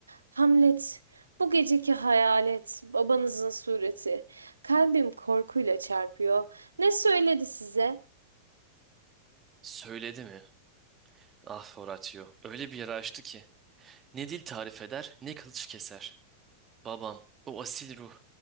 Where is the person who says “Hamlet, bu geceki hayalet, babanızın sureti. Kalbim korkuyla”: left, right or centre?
Right